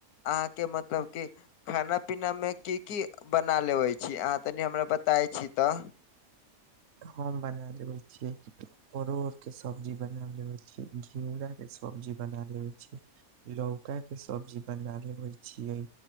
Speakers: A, on the left; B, on the right.
A: अहाँके मतलब कि खाना पीना में की की बना लेबै छी अहाँ तनि हमरा बताय छी त
B: हम बना लेबै छियै परोड़ के सब्जी बना लेेबैय छी, घिउरा के सब्जी बना लेेबैय छी। लौका के सब्जी बना लेबैय छियै।